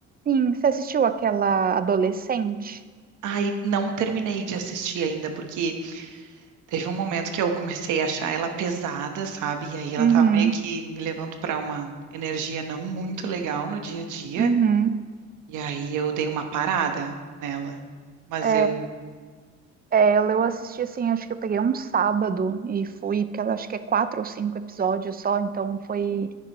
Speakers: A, on the right; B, on the right.
A: Sim, você assistiu aquela adolescente?
B: Aí não terminei de assistir ainda, porque Teve um momento que eu comecei a achar ela pesada, sabe? E aí ela
A: Uhum,
B: tava meio que me levando para uma energia não muito legal no dia a dia.
A: uhum.
B: E aí eu dei uma parada nela. Mas
A: É,
B: eu.
A: É, ela eu assisti assim, acho que eu peguei um sábado e fui, porque ela acho que é quatro ou cinco episódios só, então foi,